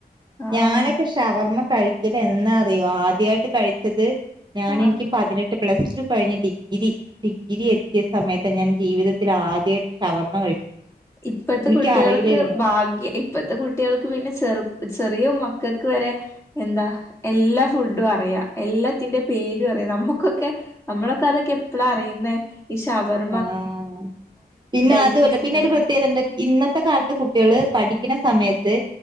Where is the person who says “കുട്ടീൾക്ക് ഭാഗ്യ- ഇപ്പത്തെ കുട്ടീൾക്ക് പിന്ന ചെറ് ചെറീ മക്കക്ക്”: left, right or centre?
Left